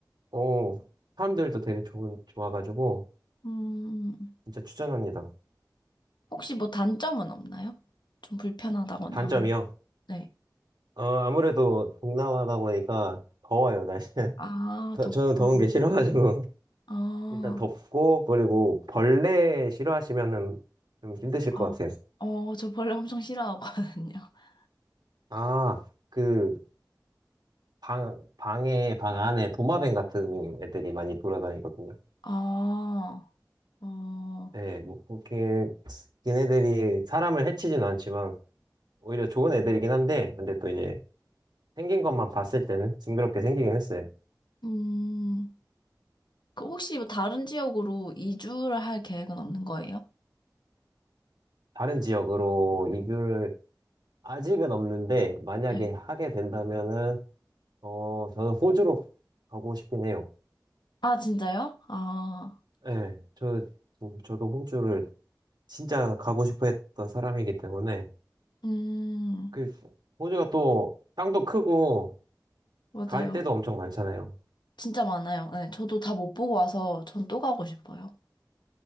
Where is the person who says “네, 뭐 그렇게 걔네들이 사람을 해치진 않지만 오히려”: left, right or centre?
Right